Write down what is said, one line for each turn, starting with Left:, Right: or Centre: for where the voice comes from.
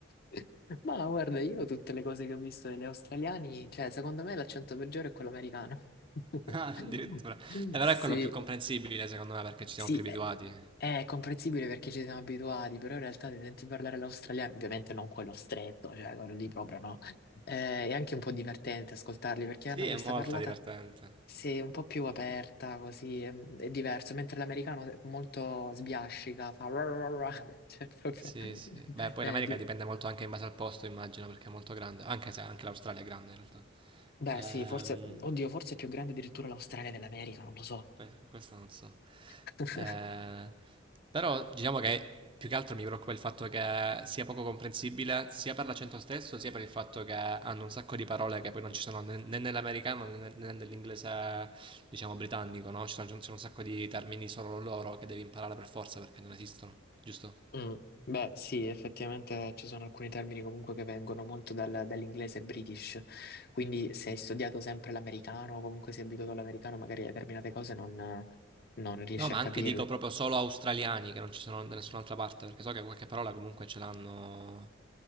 Left: <laughs> Ma guarda, io tutte le cose che ho visto degli australiani, cioè, secondo me l'accento peggiore è quello americano. <laughs>
Right: <laughs> Ah, addirittura. Eh, Però
Left: Sì,
Right: è quello più comprensibile secondo me perché ci
Left: Sì,
Right: siamo più abituati.
Left: è, è comprensibile perché ci siamo abituati, però in realtà se senti parlare l'australiano, ovviamente non quello stretto, cioè quello lì proprio no. Eh, è anche un po' divertente ascoltarli perché
Right: Sì,
Left: hanno questa
Right: è molto
Left: parlata
Right: divertente.
Left: sì, un po' più aperta, così è, è diverso, mentre l'americano è molto sbiascica, fa ra ra ra ra, <laughs> cioè proprio...
Right: Sì, sì. Beh, poi
Left: è
Right: l'America
Left: di-
Right: dipende molto anche in base al posto, immagino, perché è molto grande, anche se anche l'Australia è grande in realtà.
Left: Beh
Right: Ehm,
Left: sì, forse, oddio, forse è più grande addirittura l'Australia dell'America, non lo so.
Right: Que- Questo non so.
Left: <laughs>
Right: Eh, però diciamo che più che altro mi preoccupa il fatto che sia poco comprensibile sia per l'accento stesso, sia per il fatto che hanno un sacco di parole che poi non ci sono né né nell'americano né né nell'inglese, diciamo, britannico, no? Ci sono, ci sono un sacco di termini solo loro che devi imparare per forza perché non esistono, giusto?
Left: Mm, Beh, sì, effettivamente ci sono alcuni termini comunque che vengono molto dal- dall'inglese british, quindi se hai studiato sempre l'americano o comunque sei abituato all'americano, magari determinate cose non, non riesci
Right: No, ma
Left: a capirle.
Right: anche dico proprio solo australiani che non ci sono da nessun'altra parte, perché so che qualche parola comunque ce l'hanno